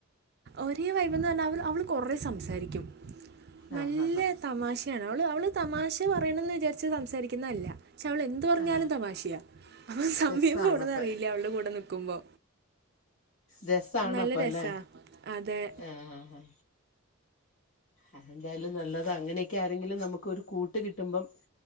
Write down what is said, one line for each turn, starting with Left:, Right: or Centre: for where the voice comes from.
Right: ഒരേ വൈബന്ന് പറഞ്ഞാ അവള് അവള് കൊറേ സംസാരിക്കും
Left: ആ
Right: നല്ല
Left: ആ ആ
Right: തമാശയാണ് അവള് അവള് തമാശ പറയണന്ന് വിചാരിച്ച് സംസാരിക്കുന്നല്ല. പക്ഷേ അവൾ എന്ത് പറഞ്ഞാലും
Left: ആ
Right: തമാശയാ അപ്പ സമയം
Left: രസമാണപ്പം
Right: പോണത് അറിയില്ല അവൾടെ കൂടെ നിക്കുമ്പോ
Left: രസമാണപ്പം
Right: നല്ല രസാ
Left: അല്ലേ
Right: അതെ
Left: ആ ആ ആ അതെന്തായാലും നല്ലതാ അങ്ങനെയൊക്കെ ആരെങ്കിലും നമുക്കൊരു കൂട്ട് കിട്ടുമ്പം